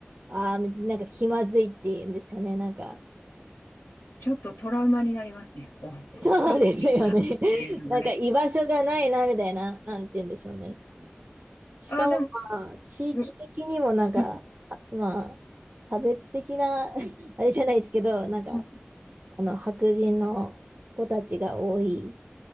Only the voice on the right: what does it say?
ああ、なんか気まずいっていうんですかね。なんか、
そうですよね。
<laughs> なんか居場所がないなみたいな、なんて言うんでしょうね。
しかもまあ地域的にもなんか、
あまあ差別的な <laughs> あれじゃないですけど、なんか
あの白人の子たちが多い。